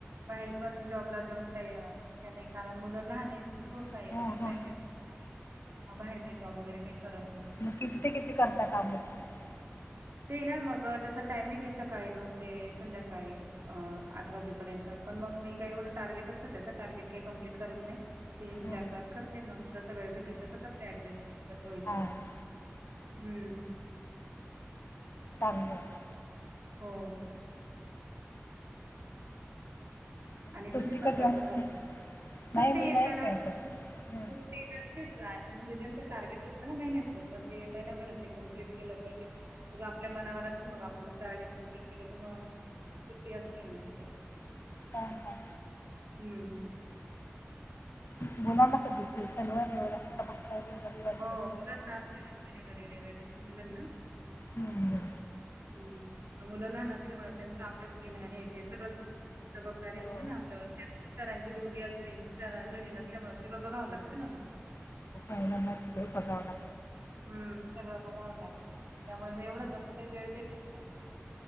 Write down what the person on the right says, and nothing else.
बाहेर पण जॉबला जाऊन काही शक्य नाही कारण मुलं लहान आहेत सोडता
येत नाही
काही
नाही बाहेर काही जॉब वगैरे काही करत नाही
ते ना मग त्याचा टायमिंग आहे सकाळी नऊ ते संध्याकाळी अ आठ वाजेपर्यंत पण मग मी काही एवढं टार्गेट असतं त्याच टार्गेट काही कम्प्लीट करत नाही तीन चार
तास करते मग जस वेळ भेटेल तसं करते ऍडजस्ट तस होय
तस
हम्म
हो
आणि
तुम्ही पण
करता
का सुट्टी
त्याला
ते रस्तेच म्हणजे त्यांचं टार्गेट असतं ना महिन्याच म ते महिनाभरात ते कमप्लीट केलं पाहिजे. मग आपल्या मनावर असत मग आपण टार्गेट कम्प्लीट केलं तर म सुट्टी असली ना
हम्म.
हो मुलांना
असते ना शनिवारी रविवारी असते मुलांना
हम्म मुलं लहान असल्यामुळे त्यांचा अभ्यास घेणं हे ते सगळंच जबाबदारी
असते ना आपल्यावर त्यां मिस्टरांची ड्युट असते मिस्टर घरी नसल्यामुळे सगं बघावं लागतं ना मग
हम्म सगळं बघावं लागतं त्यामुळे
एवढा
जास्त काय वेळ भेटत नाही.